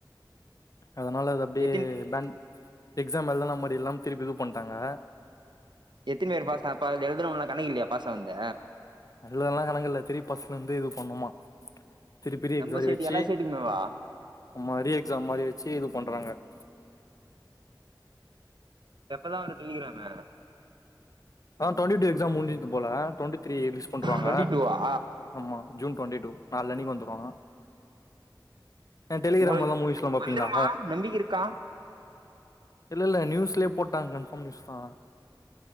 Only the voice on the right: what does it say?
எத்தின்
எத்தின பேரு பாஸ் அப்ப அதுல எழுதுனவங்க கணக்கு இல்லையா பாசா வந்து
நம்ம ஸ்டேட்
எல்லா ஸ்டேட்டுக்குமேவா
அப்ப எப்பதா வரு டெலிகிராமு
டுவெண்ட்டி டூவா
உங்களுக்கு
வந்துருமா நம்பிக்கை இருக்கா